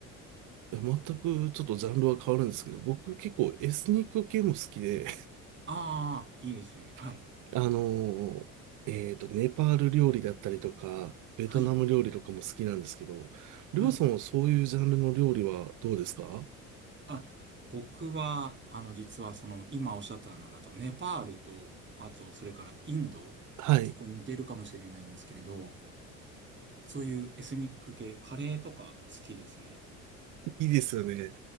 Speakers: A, on the right; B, on the right.
A: いや、全くちょっとジャンルは変わるんですけど、僕結構エスニック系も好きで、
B: ああ、いいですよね。はい。
A: <laughs> あのーえっと、ネパール料理だったりとか、ベトナム料理とかも好きなんですけど、
B: はい。
A: りょうさんはそういうジャンルの料理はどうですか
B: はい。あ、僕は、あの、実はその、今おっしゃったのだと、ネパールと、あと、それからインド、
A: はい。
B: 結構似てるかもしれないんですけれど、そういうエスニック系、カレーとか好きですね。
A: いいですよね。